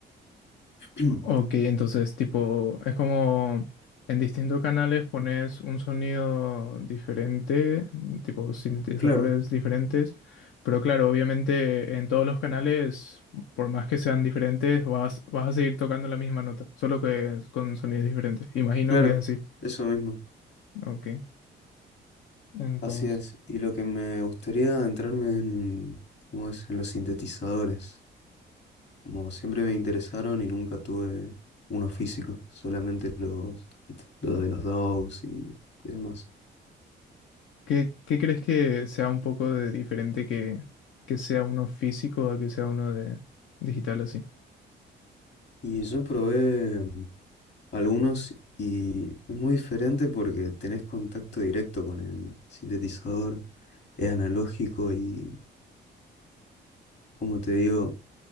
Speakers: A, on the left (about 60°); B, on the left (about 80°).
A: <clears throat>
B: Ok, entonces tipo, es como en distintos canales pones un sonido diferente, tipo sintetizadores
A: Claro,
B: diferentes, pero claro, obviamente en todos los canales, por más que sean diferentes, vas, vas a seguir tocando la misma nota, solo que es con sonidos diferentes. Imagino
A: claro,
B: que es así.
A: eso mismo.
B: Ok, entonces,
A: Así es. Y lo que me gustaría adentrarme es en, ¿cómo es? en los sintetizadores. Como siempre me interesaron y nunca tuve uno físico, solamente los, los de los DAWs y, y demás.
B: ¿qué, qué crees que sea un poco de diferente que, que sea uno físico a que sea uno de digital así?
A: Y yo probé mm, algunos y es muy diferente porque tenés contacto directo con el sintetizador, es analógico y, como te digo,